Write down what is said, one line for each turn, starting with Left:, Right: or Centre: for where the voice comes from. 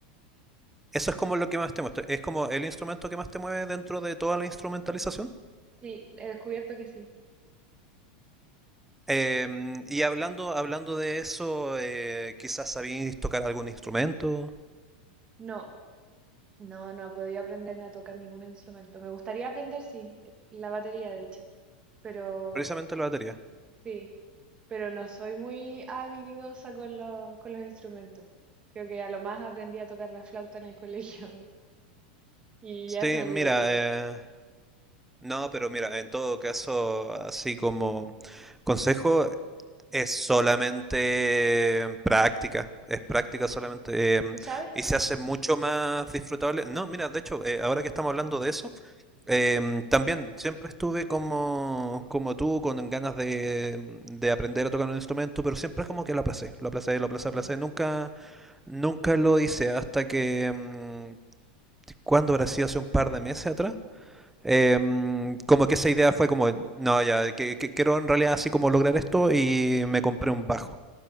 Centre: eso es como lo que más te muestra. Es como el instrumento que más te mueve dentro de toda la instrumentalización.
Right: Sí, he descubierto que sí.
Centre: Em, y hablando, hablando de eso, eh, quizás sabéis tocar algún instrumento,
Right: No, no, no he podido aprender a tocar ningún instrumento. Me gustaría aprender, sí, eh, la batería de hecho, pero
Centre: precisamente la batería.
Right: sí, pero no soy muy habilidosa con los, con los instrumentos. Creo que a lo más aprendí a tocar la flauta en el <laughs> colegio. Y
Centre: Sí,
Right: ya se me olvidó
Centre: mira,
Right: todo.
Centre: eh, no, pero mira, en todo caso, así como consejo, es solamente práctica, es práctica solamente, eh,
Right: ¿Tú sabes tocar?
Centre: y se hace mucho más disfrutable. No, mira, de hecho, eh, ahora que estamos hablando de eso, em, también siempre estuve como, como tú, con ganas de, de aprender a tocar un instrumento, pero siempre es como que lo aplacé, lo aplacé, lo aplacé,
Right: Mm.
Centre: aplacé. Nunca, nunca lo hice hasta que, em, ¿cuándo habrá sido? Hace un par de meses atrás. Eh, como que esa idea fue como, no, ya, que, que quiero en realidad así como lograr esto y me compré un bajo.